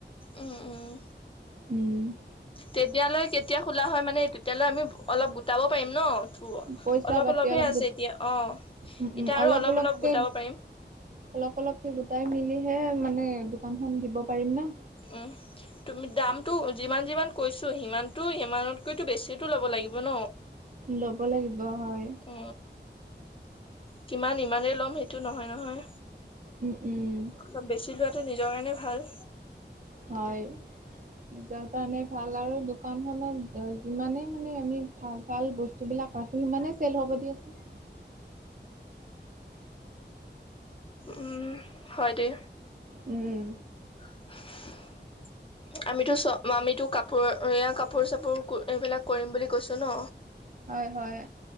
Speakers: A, on the left (about 30°); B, on the right (about 45°).
A: উম উম
B: ওম
A: তেতিয়ালৈ কেতিয়া খোলা হয় মানে তেতিয়ালৈ আমি অলপ গোটাব পাৰিম ন
B: পইচা
A: অলপ
B: পাতি
A: অলপহে আছে
B: গোট
A: এতিয়া অ',
B: উম উম
A: এতিয়া আৰু অলপ
B: অলপকে
A: অলপ গোটাব পাৰিম।
B: অলপ অলপ গোটাই মিলিহে মানে দোকানখন দিব পাৰিম না
A: উম তুমি দামটো যিমান যিমান কৈছোঁ সিমানটো সিমানতকৈতো বেছিো ল'ব লাগিব ন
B: ল'ব লাগিব হয়।
A: অ, কিমান ইমানেই ল'ম সেইটো নহয় নহয়।
B: উম, উম।
A: অলপ বেছি লোৱাটো নিজৰ কাৰণে ভাল।
B: হয়। নিজৰ কাৰণে ভাল আৰু দোকানখনত যিমানেই মানে আমি ভাল-ভাল বস্তুবিলাক ৰা সিমানেই চেল হ'ব দিয়াচোন।
A: উম, হয় দে।
B: উম।
A: <inaudible> আমিতো চ আমিতো কাপোৰ এয়া কাপোৰ-চাপোৰ এইবিলাক কৰিম বুলি কৈছো ন।
B: হয় হয়